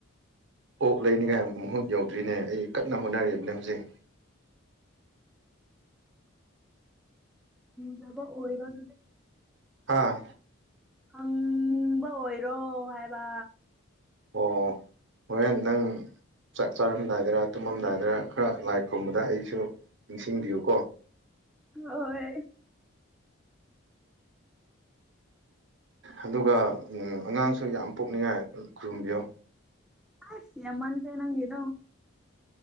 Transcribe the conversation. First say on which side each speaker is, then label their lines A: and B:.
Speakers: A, on the right; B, in the centre.
A: ꯑꯣꯞ ꯂꯩꯅꯤꯉꯥꯏ ꯃꯍꯨꯠ ꯌꯧꯗ꯭ꯔꯤꯅꯦ ꯑꯩ ꯀꯟꯅ ꯍꯣꯠꯅꯔꯤꯕꯅꯦ ꯍꯧꯖꯤꯛ <inaudible>
B: ꯎꯝꯕ ꯑꯣꯏꯔꯣ ꯑꯗꯨꯅꯦ
A: ꯍꯥꯥ
B: ꯍꯪꯕ ꯑꯣꯏꯔꯣ ꯍꯥꯏꯕ
A: ꯑꯣ ꯍꯣꯔꯦꯟ ꯅꯪ ꯆꯥꯛ ꯆꯥꯔꯝꯗꯥꯏꯗꯔ ꯇꯨꯝꯃꯝꯗꯥꯏꯗꯔ ꯈꯔ ꯂꯥꯏ ꯈꯨꯨꯝꯕꯗ ꯑꯩꯁꯨ ꯅꯤꯡꯁꯤꯡꯕꯤꯌꯨꯀꯣ
B: ꯍꯣꯏ
A: ꯑꯗꯨꯒ ꯑꯉꯥꯡꯁꯨ ꯌꯥꯝ ꯄꯣꯛꯅꯤꯡꯉꯥꯏ ꯈꯨꯔꯨꯝꯕꯤꯌꯣ
B: ꯑ ꯁꯤ ꯑꯃꯟ ꯀꯥꯏ ꯅꯪꯗꯣ